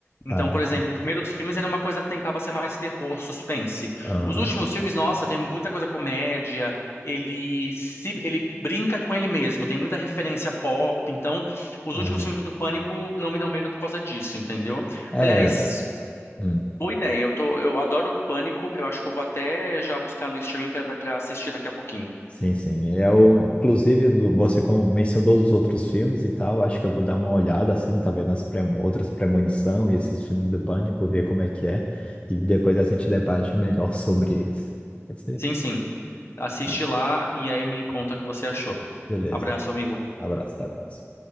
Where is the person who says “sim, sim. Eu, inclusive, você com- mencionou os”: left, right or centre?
Left